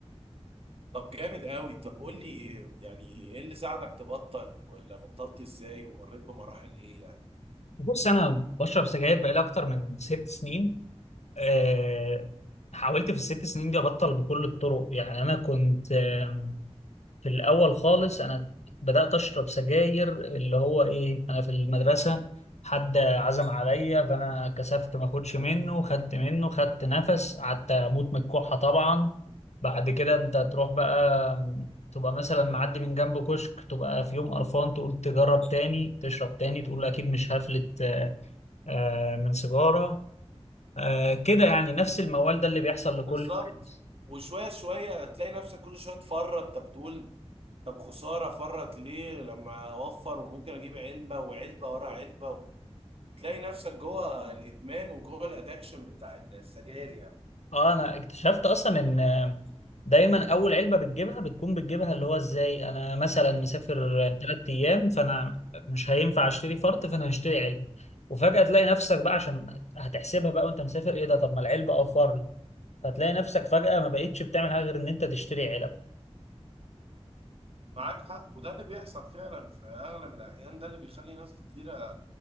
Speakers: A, on the right; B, on the left.
A: طب جامد قوي طب قول لي يعني ايه اللي ساعدك تبطل ولا بطلت ازاي ومريت بمراحل ايه يعني
B: بص انا بشرب سجاير بقالي اكتر من ست سنين آه حاولت في الست سنين دي ابطل بكل الطرق يعني انا كنت آم، في الأول خالص أنا بدأت أشرب سجاير اللي هو إيه أنا في المدرسة حد عزم عليا فأنا كسفت ما أخدش منه خدت منه خدت نفس قعدت أموت من الكحة طبعا بعد كده أنت تروح بقى م، تبقى مثلا معدي من جنب كشك تبقى في يوم قرفان تقول تجرب تاني تشرب تاني تقول أكيد مش هفلت آه، آه، من سيجارة آه، كده يعني نفس الموال ده اللي بيحصل لكل
A: بالظبط
B: الناس.
A: وشوية شوية تلاقي نفسك كل شوية تفرط طب تقول طب خسارة فرط ليه لما اوفر وممكن اجيب علبة وعلبة ورا علبة تلاقي نفسك جوه الادمان وجوه الادكشن بتاع السجاير يعني
B: اه انا اكتشفت اصلا ان دايما اول علبه بتجيبها بتكون بتجيبها اللي هو ازاي انا مثلا مسافر ثلاث ايام فانا مش هينفع اشتري فرط فانا هشتري علبه وفجاه تلاقي نفسك بقى عشان هتحسبها بقى وانت مسافر ايه ده طب ما العلبه اه فرد فتلاقي نفسك فجاه ما بقيتش بتعمل حاجه غير ان انت تشتري علب
A: معاك حق وده اللي بيحصل فعلا في اغلب الاحيان ده اللي بيخلي ناس كتيره